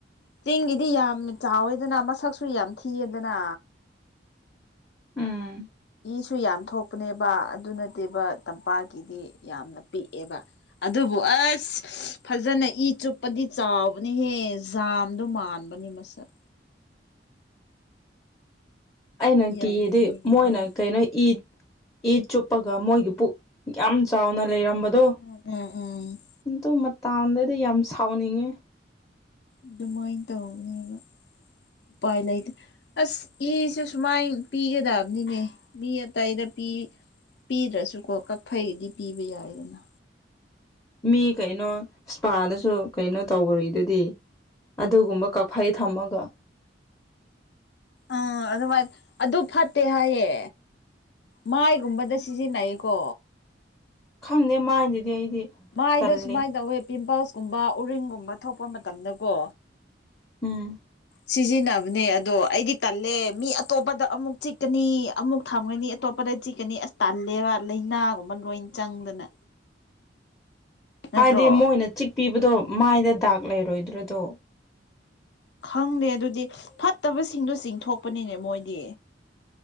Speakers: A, on the left; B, on the left.
A: ꯆꯤꯡꯒꯤꯗꯤ ꯌꯥꯝ ꯆꯥꯎꯋꯦꯗꯅ ꯃꯁꯛꯁꯨ ꯌꯥꯝ ꯊꯤꯌꯦꯗꯅ꯫
B: ꯎꯝ
A: ꯏꯁꯨ ꯌꯥꯝ ꯊꯣꯛꯄꯅꯦꯕ ꯑꯗꯨ ꯅꯠꯇꯦꯕ ꯇꯝꯄꯥꯛꯀꯤꯗꯤ ꯌꯥꯝꯅ ꯄꯤꯛꯑꯦꯕ꯫ ꯑꯗꯨꯕꯨ ꯑꯁ ꯐꯖꯅ ꯏ ꯆꯨꯞꯄꯗꯤ ꯆꯥꯎꯕꯅꯤꯍꯦ ꯖꯥꯝꯗꯣ ꯃꯥꯟ ꯕꯅꯤ ꯃꯁꯛ꯫
B: ꯑꯩꯅ
A: ꯌꯥꯝ
B: ꯀꯤꯌꯦꯗꯤ
A: ꯃꯨꯔꯒ
B: ꯃꯣꯏꯅ ꯀꯩꯅꯣ ꯏꯠ ꯏ ꯆꯨꯞꯄꯒ ꯃꯣꯏꯒꯤ ꯄꯨꯛ ꯌꯥꯝ ꯆꯥꯎꯅ ꯂꯩꯔꯝꯕꯗꯣ
A: ꯎꯝ ꯎꯝ ꯎꯝ ꯎꯝ
B: ꯑꯗꯨ ꯃꯇꯥꯟꯗꯗꯤ ꯌꯥꯝ ꯁꯥꯎꯅꯤꯡꯉꯦ꯫
A: ꯑꯗꯨꯃꯥꯏꯅ ꯇꯧꯕꯅꯦꯕ ꯎꯄꯥꯏ ꯂꯩꯇ ꯑꯁ ꯏ ꯁꯨ ꯁꯨꯃꯥꯏꯅ ꯄꯤꯒꯗꯕꯅꯤꯅꯦ ꯃꯤ ꯑꯇꯩꯗ ꯄꯤ꯫ ꯄꯤꯗ꯭ꯔꯁꯨꯀꯣ ꯀꯛꯐꯩꯗꯤ ꯄꯤꯕ ꯌꯥꯏꯗꯅ꯫
B: ꯃꯤ ꯀꯩꯅꯣ ꯏꯁꯄꯥꯗꯁꯨ ꯀꯩꯅꯣ ꯇꯧꯒꯔꯤꯗꯨꯗꯤ꯫ ꯑꯗꯨꯒꯨꯝꯕ ꯀꯛꯐꯩ ꯊꯝꯃꯒ꯫
A: ꯎꯥ ꯑꯗꯨꯃꯥꯏꯅ ꯑꯗꯨ ꯐꯠꯇꯦ ꯍꯥꯏꯌꯦ꯫ ꯃꯥꯏꯒꯨꯝꯕꯗ ꯁꯤꯖꯤꯟꯅꯩꯀꯣ꯫
B: ꯈꯪꯗꯦ ꯃꯥꯏꯗꯗꯤ ꯑꯩꯗꯤ
A: ꯃꯥꯏꯗ
B: ꯇꯜꯂꯤ
A: ꯁꯨꯃꯥꯏ ꯇꯧꯋꯦ ꯄꯤꯝꯄꯜꯁ ꯀꯨꯝꯕ ꯎꯔꯤꯡꯒꯨꯝꯕ ꯊꯣꯛꯄ ꯃꯇꯝꯗꯀꯣ꯫
B: ꯎꯝ꯫
A: ꯁꯤꯖꯤꯟꯅꯕꯅꯦ ꯑꯗꯣ ꯑꯩꯗꯤ ꯇꯜꯂꯦ ꯃꯤ ꯑꯇꯣꯞꯄꯗ ꯑꯃꯨꯛ ꯆꯤꯛꯀꯅꯤ ꯑꯃꯨꯛ ꯊꯝꯒꯅꯤ ꯑꯇꯣꯞ꯫ ꯀꯗꯥꯏ ꯆꯤꯛꯀꯅꯤ ꯑꯁ ꯇꯜꯂꯦꯕ ꯂꯩꯅꯥꯒꯨꯝꯕ ꯂꯣꯏꯅ ꯆꯪꯗꯅ ꯅꯠꯇ꯭ꯔꯣ
B: ꯍꯥꯏꯗꯤ ꯃꯣꯏꯅ ꯆꯤꯛꯄꯤꯕꯗꯣ ꯃꯥꯏꯗ ꯗꯥꯛ ꯂꯩꯔꯣꯏꯗ꯭ꯔꯗꯣ
A: ꯈꯪꯗꯦ ꯑꯗꯨꯗꯤ ꯐꯠꯇꯕꯁꯤꯡꯗꯣ ꯆꯤꯡꯊꯣꯛꯄꯅꯤꯅꯦ ꯃꯣꯏꯗꯤ꯫